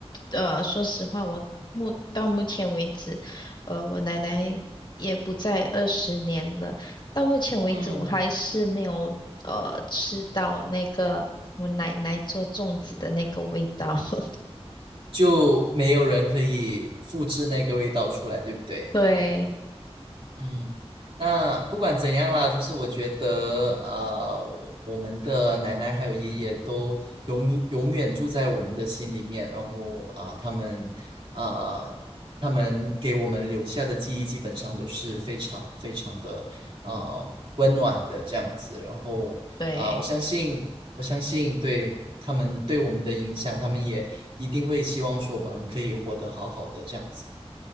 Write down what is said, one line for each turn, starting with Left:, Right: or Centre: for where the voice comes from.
Left: 呃，说实话，我目到目前为止，呃，我奶奶也不在二十年了。到目前为止，
Right: 嗯，
Left: 我还是没有呃吃到那个我奶奶做粽子的那个味道。<laughs>
Right: 就没有人可以复制那个味道出来，对不对？
Left: 对
Right: 嗯，那不管怎样啦，就是我觉得，呃，我们的奶奶还有爷爷都永永远住在我们的心里面，然后啊、呃他们啊、呃他们给我们留下的记忆基本上都是非常非常的呃温暖的这样子，然后啊、
Left: 对，
Right: 呃我相信，我相信对他们对我们的影响，他们也一定会希望说我们可以活得好好的这样子。